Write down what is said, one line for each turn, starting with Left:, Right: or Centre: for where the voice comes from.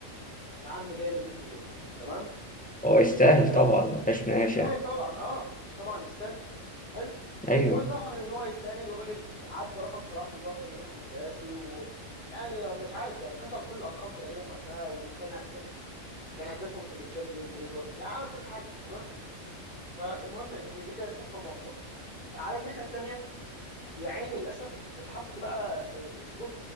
Left: يا عم جاي ب 100 مليون تمام
Centre: هو يستاهل
Left: حلو
Centre: طبعا ما فيهاش نقاش
Left: يستاهل
Centre: يعني
Left: طبعا اه طبعا يستاهل حلو
Centre: ايوه
Left: وظهر ان هو يستاهل والراجل عدى رقم صلاح اللي هو كان الرقم القياسي و... يعني مش عارف كسر كل الارقام تقريبا وقتها وكان هداف كان هدافهم في الشامبيونز ليج بر... يعني عمل كل حاجه تمام فالمهم ان دي كانت صفقه موفقه على الناحيه الثانيه يا عيني للاسف اتحط بقى آه، سبوت